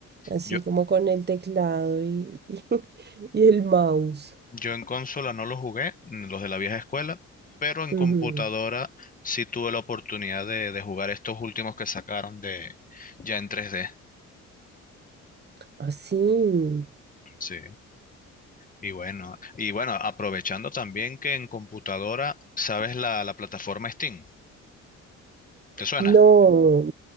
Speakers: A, on the right; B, on the left.
A: Así
B: Yo,
A: como con el teclado y, y <laughs> y el mouse.
B: yo en consola no lo jugué, los de la vieja escuela, pero en
A: Ujú.
B: computadora sí tuve la oportunidad de, de jugar estos últimos que sacaron de ya en tres d
A: Así.
B: Sí, y bueno, y bueno, aprovechando también que en computadora, ¿sabes la, la plataforma Steam? ¿Te suena?
A: No,